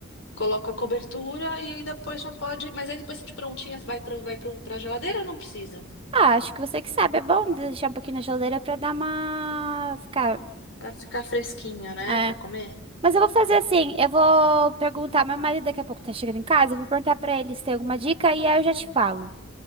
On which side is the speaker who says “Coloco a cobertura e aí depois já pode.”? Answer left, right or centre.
Left